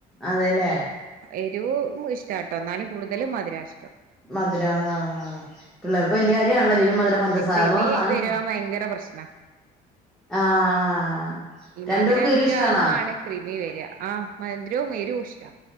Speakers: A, in the centre; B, on the right (about 55°).
A: അതെല്ലേ
B: എരുവും ഇഷ്ടാട്ടോ ഇന്നാലും കൂടുതല് മധുരാ ഇഷ്ടം
A: മധുരം ആഹ് പിള്ളാർക്ക് വല്യ കാര്യണല്ലെ <unintelligible> മധുരം പഞ്ചസാരന്ന്
B: ലെ കൃമി
A: പറഞ്ഞ സാധനം
B: വര്യാൻ
A: തിന്നും
B: ഭയങ്കര പ്രശ്നാ
A: ആഹ്
B: ഈ
A: രണ്ടു
B: മധുരം
A: പേർക്കും
B: അധികം
A: എരു ഇഷ്ടാണോ
B: ആവുമ്പാണ് കൃമി വെരാ, ആഹ് മധുരവും എരു ഇഷ്ടാ